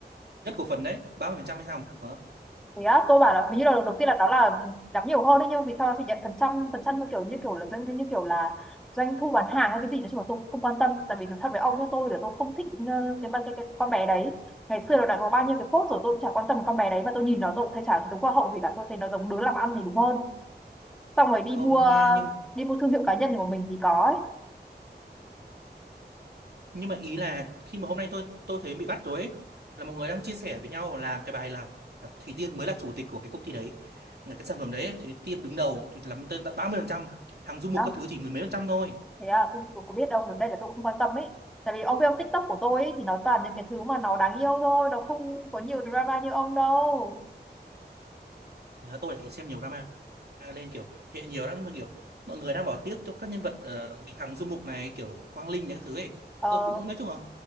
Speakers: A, on the right; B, in the centre.
A: nhất cổ phần đấy 30% hay sao mà
B: thế á tôi bảo là hình như là đầu tiên là nó là làm nhiều hơn đấy nhưng mà vì sao nó chỉ nhận phần trăm phần trăm như kiểu như kiểu là doanh như kiểu là doanh thu bán hàng hay cái gì nói chung là tôi cũng không quan tâm tại vì nói thật với ông như tôi là tôi không thích ờ, cái, ba- cái, cái, cái con bé đấy ngày xưa nó đã có bao nhiêu cái phốt rồi tôi cũng chả quan tâm con bé đấy mà tôi nhìn nó tôi cũng thấy chả đúng hoa hậu gì cả tôi thấy nó giống đứa làm ăn thì đúng hơn xong rồi đi
A: không
B: mua
A: nghe nhưng
B: đi mua thương hiệu cá nhân của mình thì có ấy.
A: nhưng mà ý là khi mà hôm nay tôi tôi thấy bị bắt rồi ấy, là mọi người đang chia sẻ với nhau là cái bài là Thủy Tiên mới là chủ tịch của cái công ty đấy là cái sản phẩm đấy ấy, Thủy Tiên đứng đầu thì lắm tới ba mươi phần trăm hàng du mục
B: Đó.
A: các thứ chỉ mười mấy phần trăm thôi
B: thế à tôi, tôi có biết đâu đây là tôi cũng không quan tâm ấy tại vì ông biết ông TikTok của tôi ấy, thì nó toàn những cái thứ mà nó đáng yêu thôi nó không có nhiều drama như ông đâu
A: Thế là tôi lại xem nhiều drama lên kiểu hệ nhiều lắm nhưng mà kiểu mọi người đang bỏ tiếc cho các nhân vật ờ, kiểu Hằng Du Mục này kiểu Quang Linh này các thứ ấy
B: Ờ,
A: tôi cũng nói chung là